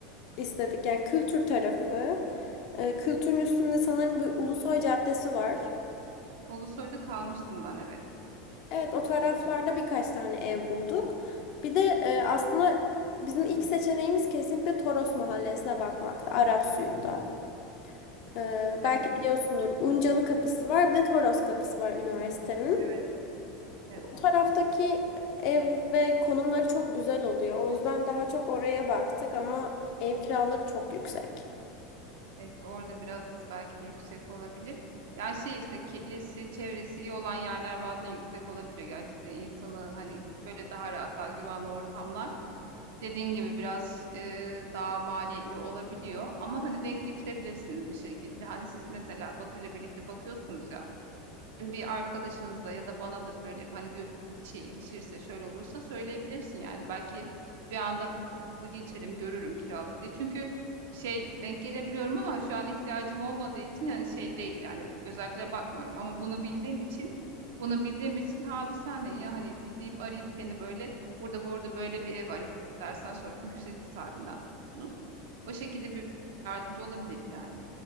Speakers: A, on the left; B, on the right.
A: istedik. Yani kültür tarafı. Eee, kültürün üstünde sanırım bir Ulusoy Caddesi var.
B: Ulusoy'da kalmıştım ben evet.
A: Evet o taraflarda birkaç tane ev bulduk. Bir de eee, aslında bizim ilk seçeneğimiz kesinlikle Toros Mahallesi'ne bakmaktı. Arap suyunda. Ee,
B: Evet,
A: belki biliyorsundur. Uncalı Kapısı var, bir de Toros Kapısı var üniversitenin.
B: evet, evet.
A: O taraftaki ev ve konumları çok güzel oluyor. O yüzden daha çok oraya baktık ama ev kiraları çok yüksek.
B: Evet, orada biraz belki de yüksek olabilir. Ya şey işte kitlesi, çevresi iyi olan yerler bazen yüksek olabiliyor gerçekten. insanı hani böyle daha rahat, daha güvenli ortamlar. Dediğin gibi biraz e, daha maliyetli olabiliyor. Ama hani denk getirebilirsiniz bir şekilde. Hani siz mesela Batu ile birlikte bakıyorsunuz ya bir arkadaşınıza ya da bana da söyleyip hani gö- şey ilişirse şöyle olursa söyleyebilirsin yani. Belki bir anda halı geçerim görürüm kiralık diye. Çünkü şey denk gelebiliyorum ama şu an ihtiyacım olmadığı için hani şey değil yani özellikle bakmıyorum ama bunu bildiğim için bunu bildiğim için ha bir saniye ya hani de- deyip arayıp seni böyle burada bu arada böyle bir ev var istersen sor çünkü siz de sahibinden tuttunuz. O şekilde bir yardımcı olabiliriz yani.